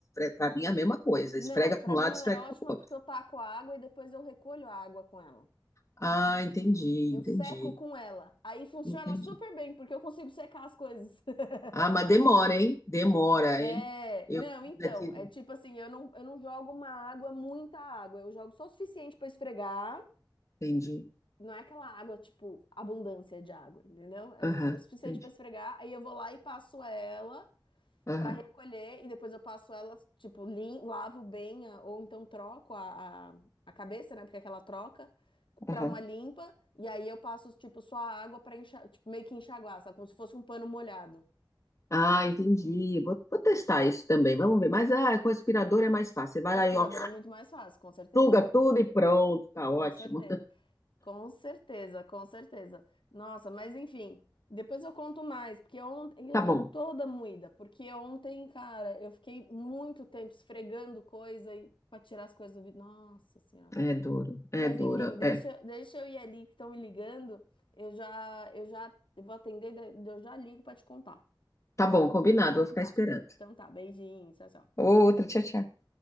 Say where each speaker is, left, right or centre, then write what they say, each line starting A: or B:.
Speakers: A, on the left; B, on the left.
A: para mim é a mesma coisa.
B: Não,
A: Esfrega para
B: pra
A: um lado,
B: mim ela
A: esfrega
B: é ótima
A: para o
B: porque
A: outro.
B: eu taco a água e depois eu recolho a água com ela.
A: Ah, entendi,
B: Eu
A: entendi,
B: seco com ela. Aí funciona
A: entendi.
B: super bem, porque eu consigo secar as coisas. <laughs>
A: Ah, mas demora, hein? Demora,
B: É,
A: hein? Eu
B: não, então,
A: daqui,
B: é tipo assim, eu não, eu não jogo uma água, muita água, eu jogo só o suficiente pra esfregar.
A: entendi.
B: Não é aquela água, tipo, abundância de água, entendeu? É uma
A: Aham,
B: água suficiente
A: entendi.
B: pra esfregar, aí eu vou lá e passo ela.
A: Aham,
B: para recolher e depois eu passo ela, tipo, lim- lavo bem, a- ou então troco a, a, a cabeça, né? Porque é aquela troca, para
A: aham.
B: uma limpa, e aí eu passo, tipo, só a água para enxaguar, tipo, meio que enxaguar, sabe? Como se fosse um pano molhado.
A: Ah, entendi. Vou, vou testar isso também. Vamos ver. Mas ah, com aspirador é mais fácil. Você vai
B: Com
A: lá
B: aspirador
A: e ó,
B: é muito mais fácil, com certeza.
A: suga tudo e pronto. Tá ótimo.
B: Com certeza. Com certeza, com certeza. Nossa, mas enfim. Depois eu conto mais, porque ontem eu
A: Tá bom.
B: tô toda moída, porque ontem, cara, eu fiquei muito tempo esfregando coisa e para tirar as coisas do vidro. Nossa Senhora.
A: É duro, é
B: Mas
A: duro.
B: enfim, deixa,
A: É.
B: deixa eu ir ali que estão me ligando. Eu já, eu já eu vou atender, eu já ligo para te contar.
A: Tá bom, combinado.
B: Então
A: Vou ficar
B: tá.
A: esperando.
B: Então tá, beijinho, tchau, tchau.
A: Outra, tchau, tchau.